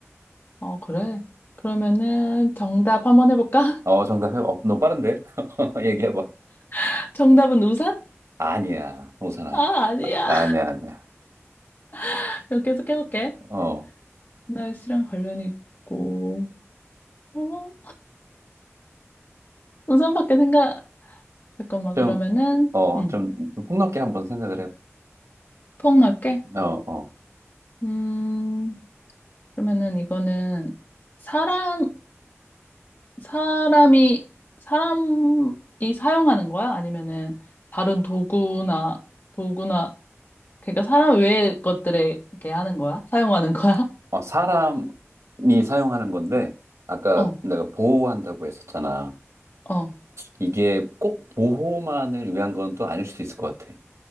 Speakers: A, on the left; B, on the right.
A: 어, 그래. 그러면은, 정답 한번 해볼까?
B: 어, 정답해. 어, 너무 빠른데? <laughs> 얘기해봐.
A: <laughs> 정답은 우산?
B: 아니야. 우선 아니야.
A: 아, 아니야.
B: 아, 아니야, 아니야.
A: <laughs> 그럼 계속 해볼게.
B: 어.
A: 날씨랑 관련이 있고, 어, 우산밖에 생각, 잠깐만,
B: 좀,
A: 그러면은,
B: 어,
A: 음,
B: 좀 폭넓게 한번 생각을 해.
A: 폭 넓게?
B: 어, 어.
A: 음, 그러면은 이거는, 사람, 사람이, 사람이 사용하는 거야? 아니면은 다른 도구나, 도구나, 그러니까 사람 외의 것들에 이렇게 하는 거야? 사용하는 거야? <laughs>
B: 어, 사람이 사용하는 건데, 아까
A: 어,
B: 내가 보호한다고 했었잖아.
A: 어.
B: 이게 꼭 보호만을 위한 건 또 아닐 수도 있을 것 같아.